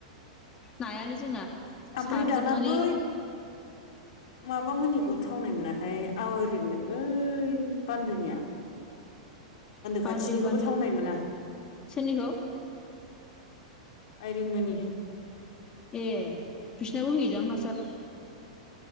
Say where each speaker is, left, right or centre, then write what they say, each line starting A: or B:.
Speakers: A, on the left; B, on the left.
A: नायानो जोंना
B: ओमफ्राय
A: सारजोबनानै
B: दाना बै माबा मोननिखौ थावनाय मोनाहाय आवारिमोन बान्दोनिया खाथिनिखौबो
A: बान्दो बान्दो
B: थावनाय मोना
A: सोरनिखौ
B: आइरिमोननि
A: ए बिसनाबो होयोदां हासार